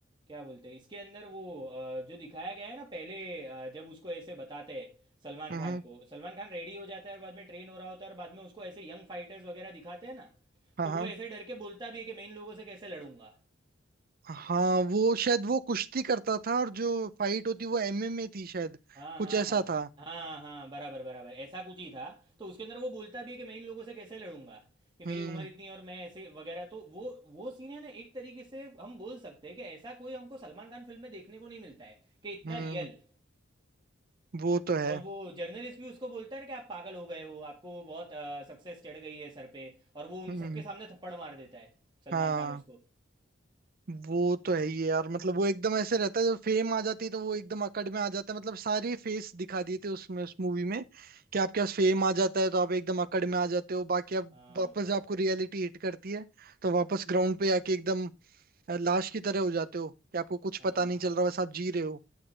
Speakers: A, on the right; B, on the right.
A: क्या बोलते हैं इसके अंदर वो अ, जो दिखाया गया है ना पहले अ, जब उसको ऐसे बताते हैं सलमान
B: हम्म
A: खान को सलमान खान रेडी हो जाता है और बाद में ट्रेन हो रहा होता है और बाद में उसको ऐसे यंग फाइटर्स वगैरह दिखाते हैं ना
B: हाँ
A: तो
B: हाँ
A: वो ऐसे डर के बोलता भी है कि मैं इन लोगों से कैसे लड़ूंगा
B: हाँ वो शायद वो कुश्ती करता था और जो फाइट होती वो एमएमए थी शायद
A: हाँ
B: कुछ
A: हाँ
B: ऐसा
A: हाँ
B: था
A: हाँ हाँ बराबर बराबर ऐसा कुछ ही था तो उसके अंदर वो बोलता भी है कि मैं इन लोगों से कैसे लड़ूंगा कि मेरी
B: हम्म
A: उम्र इतनी है और मैं ऐसे वगैरह तो वो वो सीन है ना एक तरीके से हम बोल सकते हैं कि ऐसा कोई हमको सलमान खान फिल्म में देखने को नहीं मिलता है कि इतना
B: हम्म
A: रियल
B: वो तो है
A: और वो जर्नलिस्ट भी उसको बोलता है ना कि आप पागल हो गए हो आपको बहुत सक्सेस चढ़ गई है सर पे और वो उन
B: हम्म
A: सबके सामने थप्पड़ मार देता है सलमान
B: हाँ
A: खान उसको
B: वो तो है ही यार मतलब वो एकदम ऐसे रहता है जब फेम आ जाती है तो वो एकदम अकड़ में आ जाता है मतलब सारी फेस दिखा दिए थे उसमें उस मूवी में कि आपके पास फेम आ जाता है तो आप एकदम अकड़ में आ जाते हो बाकी अब
A: हाँ
B: वापस
A: भाई
B: आपको रियलिटी हिट करती है तो वापस ग्राउंड पे आके एकदम अ, लाश की तरह हो जाते हो कि आपको कुछ
A: हाँ
B: पता नहीं चल रहा बस आप जी रहे हो